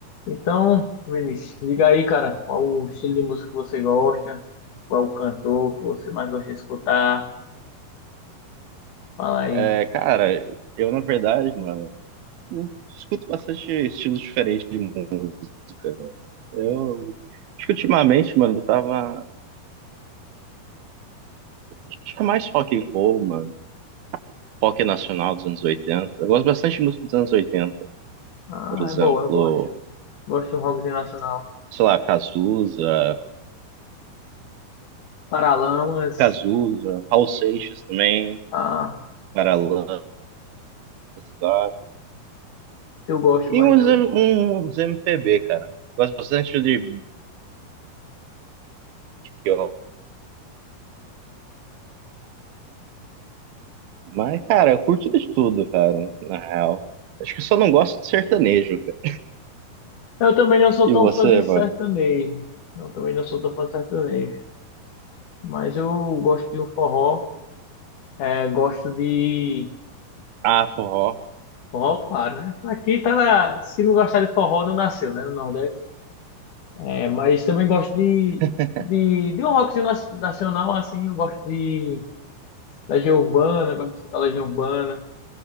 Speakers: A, on the left (about 60°); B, on the right (about 75°).
A: Então, Vinícius, diga aí, cara, qual o estilo de música que você gosta, qual o cantor que você mais gosta de escutar, fala aí.
B: É, cara, eu na verdade, mano, eu escuto bastante estilos diferentes de música, mano. Eu acho que ultimamente, mano, eu tava. Acho que é mais rock and roll, mano. Rock nacional dos anos 80. Eu gosto bastante de música dos anos 80,
A: Ah,
B: por exemplo,
A: é boa, eu gosto. Gosto de um rockzinho nacional.
B: sei lá, Cazuza,
A: Paralamas,
B: Cazuza, Raul Seixas também,
A: ah,
B: Paralamas, tá?
A: eu gosto
B: e
A: mais
B: uns,
A: do...
B: M- uns MPB, cara. Gosto bastante de Belchior, Mas, cara, eu curto de tudo, cara, na real. Acho que só não gosto de sertanejo, cara.
A: Eu também não sou
B: E
A: tão
B: você,
A: fã de sertanejo,
B: mano?
A: eu também não sou tão fã de sertanejo, mas eu gosto de um forró, é, gosto de...
B: Ah, forró.
A: Forró, claro, né? Aqui tá na... Se não gostar de forró, não nasceu, né, no Nordeste. É, mas também gosto de,
B: <laughs>
A: de, de um rockzinho nas- nacional, assim, eu gosto de Legião Urbana, gosto de escutar Legião Urbana,